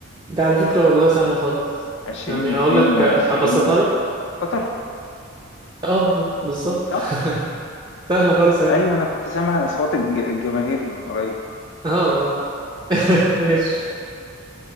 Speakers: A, on the right (about 20°); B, on the left (about 65°).
A: ده على فكرة والله سهلة خالص
B: عشرين
A: يعني
B: اتنين
A: اقول لك
B: وعشرين
A: ابسطها لك
B: قطر
A: اه اه بالظبط
B: صح؟
A: <laughs> سهلة خالص اهي
B: أيوة أنا كنت سامع أصوات الج- الجماهير من قريب
A: اه اه <laughs> ماشي